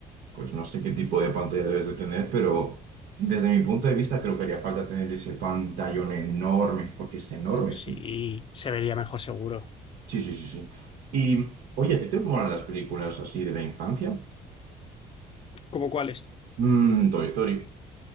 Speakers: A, on the right; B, on the left.
A: Pues no sé qué tipo de pantalla debes de tener, pero desde mi punto de vista creo que haría falta tener ese pantallón enorme, porque es enorme.
B: Sí,
A: es-
B: se vería mejor seguro.
A: Sí, sí, sí, sí. Y, oye, ¿a ti te molan las películas así de la infancia?
B: ¿Cómo cuáles?
A: Mm, Toy Story,